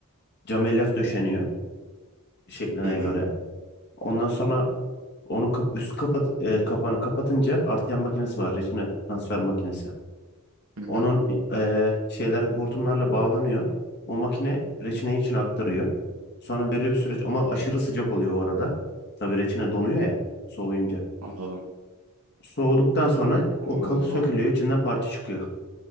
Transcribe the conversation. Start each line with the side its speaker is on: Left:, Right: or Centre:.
Left: Cam elyaf döşeniyor şekline
Right: Hı hı.
Left: göre. Ondan sonra onun kap- üst kapat, eee, kapağını kapatınca artıyan makinesi var. Reçine transfer makinesi.
Right: Hı
Left: Onun
Right: hı.
Left: eee, şeyler hortumlarla bağlanıyor. O makine reçineyi için aktarıyor. Sonra belli bir
Right: Hı
Left: süreç
Right: hı.
Left: ama aşırı sıcak oluyor o arada. Tabii reçine donuyor ya soğuyunca.
Right: Anladım.
Left: Soğuduktan sonra o
Right: Allah
Left: kalıp
Right: Allah.
Left: sökülüyor. içinden parça çıkıyor.